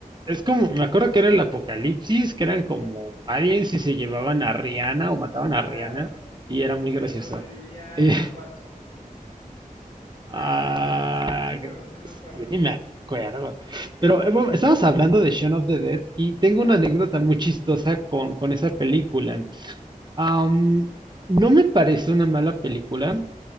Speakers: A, on the right; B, on the left.
A: Es como, me acuerdo que era el apocalipsis, que eran como aliens y se llevaban a Rihanna o mataban a Rihanna
B: Claro.
A: y era
B: Y
A: muy
B: que
A: gracioso.
B: sobrevivía
A: <laughs>
B: Emma Watson.
A: Ah,
B: Claro, claro. Sí, sí me acuerdo, sí me acuerdo.
A: yo ni me acuerdo.
B: Sí,
A: Pero eh, bueno, estabas hablando de Shaun of the Dead y tengo
B: claro.
A: una anécdota muy chistosa con, con esa película. Am, no me parece una mala película,